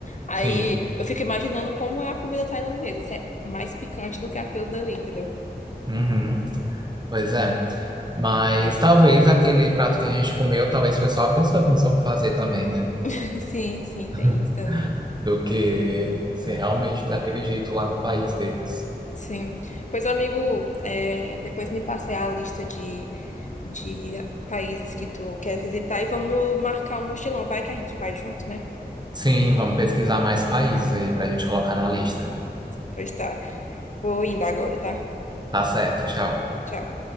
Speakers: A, on the left; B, on the right.
A: Aí
B: Sim.
A: eu fico imaginando como é a comida tailandesa, se é mais picante do que aquilo dali, entendeu?
B: Uhum. Pois é. Mas talvez aquele prato que a gente comeu, talvez foi só a pessoa que não soube fazer também, né?
A: <laughs> Sim, sim,
B: <laughs>
A: tem isso também.
B: Do que ser realmente daquele jeito lá no país deles.
A: Sim. Pois, amigo, é, depois me passei a lista de, de países que tu quer visitar e vamos marcar um mochilão. Vai que a gente vai junto, né?
B: Sim, vamos pesquisar mais países aí pra gente colocar na lista.
A: Pois tá. Vou indo agora, tá?
B: Tá certo, tchau.
A: Tchau.